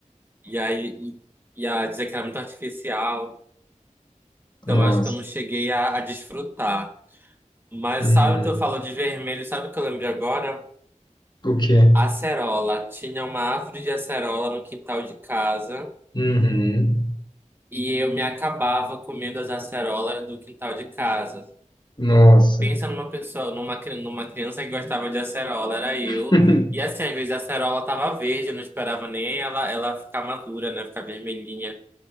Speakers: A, on the right (about 15°); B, on the left (about 35°).
A: e aí e, e a dizer que era muito artificial. Então
B: Nossa.
A: eu acho que eu não cheguei a, a desfrutar. Mas
B: Hum,
A: sabe o que eu falo de vermelho? Sabe o que eu lembrei agora?
B: o quê?
A: Acerola. Tinha uma árvore de acerola no quintal de casa.
B: Uhum.
A: e eu me acabava comendo as acerolas do quintal de casa.
B: Nossa.
A: Pensa numa pessoa, numa, cri- numa criança que gostava de acerola, era eu.
B: <laughs>
A: E assim, às vezes a acerola tava verde, eu não esperava nem ela, ela ficar madura, né? Ficar vermelhinha.